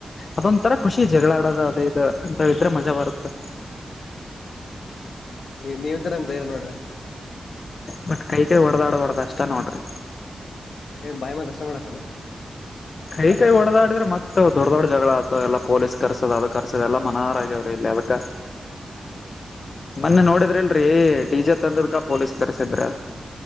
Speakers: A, on the left (about 50°); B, on the left (about 75°).
A: ಅದೊಂಂತರ ಖುಷಿ ಜಗಳಾಡದು ಅದ ಇದು ಅಂತ ಇದ್ರೆ ಮಜಾ ಬರುತ್ತೆ
B: ನೀ ನೀವ್ದ ನಮ್ದ ೇರ ನೋಡ್ರಿ
A: ಬಟ್ ಕೈ - ಕೈ ಹೊಡ್ದಡ ಹೊಡ್ದ್ ಅಷ್ಟ ನೋಡ್ರಿ
B: ಬಾಯ ಮಾಡ ಕ <inaudible> ಷ್ಟಟ ಮಾಡಡಕ
A: ಕೈ -ಕೈ ಹೊಡದಾ ಆಡಿದ್ರ ಮತ್ತ ದೊಡ್ - ದೊಡ್ ಜಗಳ ಆತ ಎಲ್ಲಾ ಪೊಲೀಸ್ ಕರ್ಸದ ಅದ ಕರ್ಸದ ಎಾ ಮನಾರ ಆಗ್ಯಾವ್ರಿ ಇಲ್ಲಿ ಅದಕ ಮೊನ್ನೆ ನೋಡಿದ್ರಿ ಇಲ್ರೀ ಡಿಜೆ ತಂದದ್ಕ ಪೋಲೀಸ್ ಕರ್ಸಿದ್ರ